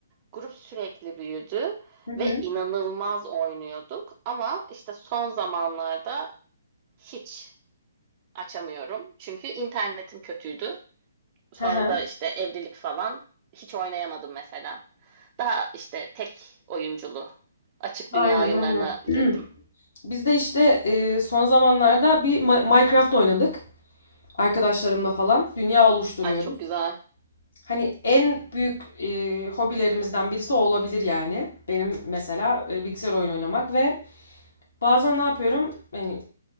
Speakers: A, on the right; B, on the left.
A: grup sürekli büyüdü
B: Hı hı.
A: ve inanılmaz oynuyorduk ama işte son zamanlarda hiç açamıyorum çünkü internetim kötüydü sonra
B: Hı hı.
A: da işte evlilik falan hiç oynayamadım mesela daha işte tek oyunculu açık
B: Aynen
A: dünya oyunlarına
B: aynen.
A: girdim
B: <clears throat> Biz de işte e, son zamanlarda bir Ma- Minecraft oynadık. arkadaşlarımla falan dünya oluşturuyoruz.
A: ay çok güzel.
B: Hani en büyük e, hobilerimizden birisi o olabilir yani. Benim mesela e, bilgisayar oyunu oynamak ve bazen ne yapıyorum? Hani